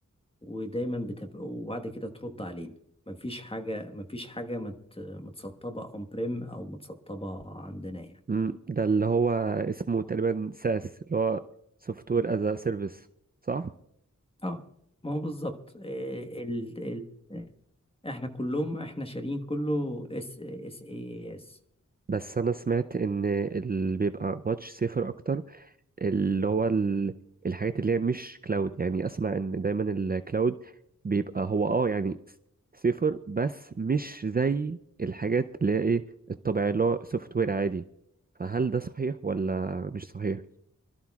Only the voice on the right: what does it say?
امم ده اللي هو اسمه تقريبا ساس اللي هو سوفت وير از سيرفيس صح
بس انا سمعت ان اللي بيبقى ماتش سيفر اكتر اللي هو ال- الحاجات اللي هي مش كلاود يعني اسمع ان دايما الكلاود بيبقى هو اه يعني سيفر بس مش زي الحاجات اللي هي ايه الطبيعي اللي هو سوفت وير عادي فهل ده صحيح ولا مش صحيح